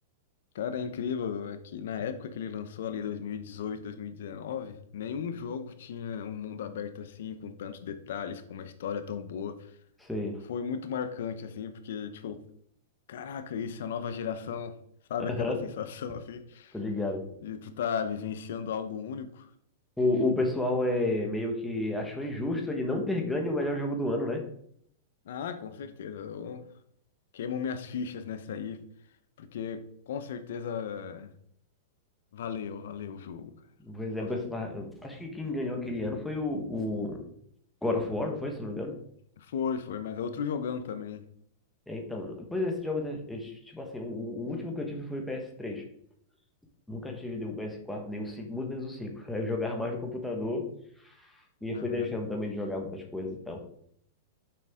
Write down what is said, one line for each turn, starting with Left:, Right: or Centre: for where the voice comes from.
Left: Cara, é incrível é que na época que ele lançou ali, 2018, 2019, nenhum jogo tinha um mundo aberto assim, com tantos detalhes, com uma história tão boa.
Centre: Sei.
Left: foi muito marcante, assim, porque, tipo, caraca, isso é a nova geração, sabe aquela
Centre: Aham,
Left: sensação, assim,
Centre: tô ligado.
Left: de tu tá vivenciando algo único?
Centre: O, o pessoal é meio que achou injusto ele não ter ganho o melhor jogo do ano, né?
Left: Ah, com certeza, eu queimo minhas fichas nessa aí, porque com certeza valeu, valeu o jogo, cara.
Centre: Pois
Left: Nossa,
Centre: é, pois tá- acho que quem ganhou aquele ano foi o, o God of War, não foi, se não me engano?
Left: foi, foi, mas é outro jogão também.
Centre: É, então, pois é, esses jogos, né, eles- tipo assim, o, o último que eu tive foi o PS3. Nunca tive nem o PS4, nem o 5, muito menos o 5. <laughs> Eu jogava mais no computador e
Left: Aham.
Centre: fui deixando também de jogar muitas coisas e tal.